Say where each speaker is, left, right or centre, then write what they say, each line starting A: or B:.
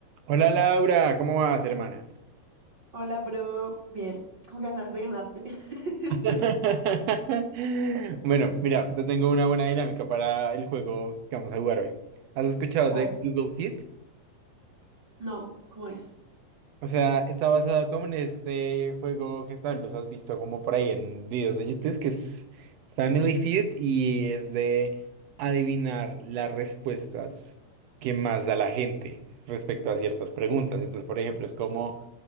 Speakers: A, on the right; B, on the right.
A: Hola Laura, ¿cómo vas, hermana?
B: Hola, bro. Bien, con ganas de ganarte. <laughs>
A: <laughs> Bueno, mira, yo tengo una buena dinámica para el juego que vamos a jugar hoy. ¿Has escuchado
B: A
A: de
B: ver,
A: Google Fit?
B: no, ¿cómo es?
A: O sea, está basado como en este juego que tal vez has visto como por ahí en videos de YouTube, que es Family Feud y es de adivinar las respuestas que más da la gente respecto a ciertas preguntas. Entonces, por ejemplo, es como